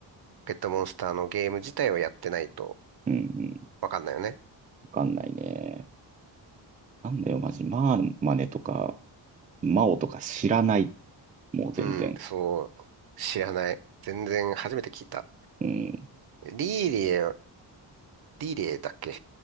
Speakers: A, on the right; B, on the right.
A: ペットモンスターのゲーム自体をやってないと
B: うんうん、
A: わかんないよね。
B: わかんないね。なんだよ、マジ。まあ、マネとか、マオとか知らない。もう全然。
A: うん、そう、知らない。全然初めて聞いた。
B: うん。
A: リーリエ、リーリエだっけ